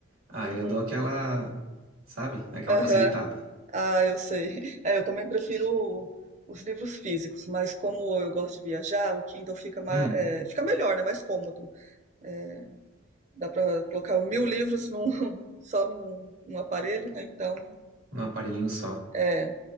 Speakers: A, on the right; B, on the right.
A: Aí
B: uhum,
A: eu dou aquela, sabe? Aquela
B: aham.
A: facilitada.
B: Ah, eu sei. <laughs> É, eu também prefiro o- os livros físicos, mas como eu gosto de viajar, o Kindle fica, ma-
A: Hum,
B: é, fica melhor, né? Mais cômodo. É, dá para colocar mil livros num, <laughs> só num, num aparelho, né? Então,
A: um aparelhinho só.
B: é,